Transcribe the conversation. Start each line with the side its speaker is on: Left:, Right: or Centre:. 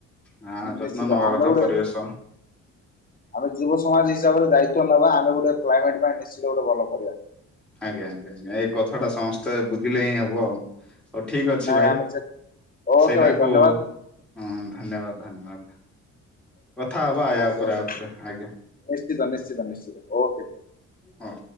Centre: ହଁ ଯତ୍ନ
Left: ନିଶ୍ଚିତ
Centre: ନବା
Left: ଆମେ
Centre: କଥା
Left: ଗୋଟେ
Centre: ପରିବେଶ
Left: ଆମେ ଯୁବ ସମାଜ୍ ହିସାବ ରେ ଦାୟିତ୍ବ ନେବା ଆମେ ଗୋଟେ କ୍ଲାଇମେଟ୍ ପାଇଁ ନିଶ୍ଚିତ ଗୋଟେ ଭଲ କରିବା।
Centre: ଆଜ୍ଞା ଆଜ୍ଞା ଆଜ୍ଞା ଏଇ କଥାଟା ସମସ୍ତେ ବୁଝିଲେ ହିଁ ହବ ଆଉ। ଆଉ ଠିକ୍ ଅଛି
Left: ନାଇଁ
Centre: ଭାଇ
Left: ଆମେ ଓକେ
Centre: ସେଇଟାକୁ
Left: ଭାଇ ଧନ୍ୟବାଦ
Centre: ହୁଁ ଧନ୍ୟବାଦ୍। ଧନ୍ୟବାଦ କଥା ହବା ଆୟା
Left: ଓକେ
Centre: ଉପରେ
Left: ଓକେ
Centre: ଆଉ ଥରେ ଆଜ୍ଞା।
Left: ନିଶ୍ଚିତ ନିଶ୍ଚିତ ନିଶ୍ଚିତ ଓକେ।
Centre: ହଉ।